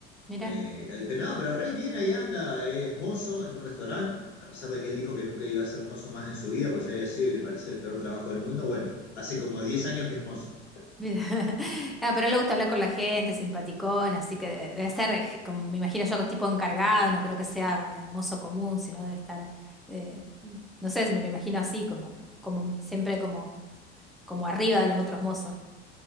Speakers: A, in the centre; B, on the left (about 70°).
A: mira,
B: Eh, eh, pero no, pero Rey bien ahí anda, es mozo en un restaurante, a pesar de que él dijo que nunca iba a ser mozo más en su vida, porque ya había sido y le parecía el peor trabajo del mundo. Bueno, hace como diez años que es mozo.
A: mira. <laughs> Ah, pero a él le gusta hablar con la gente, simpaticón, así que de- debe ser, je- como me imagino yo, tipo encargado, no creo que sea mozo común, sino debe estar, eh, no sé, me lo imagino así, como, como siempre como, como arriba de los otros mozos.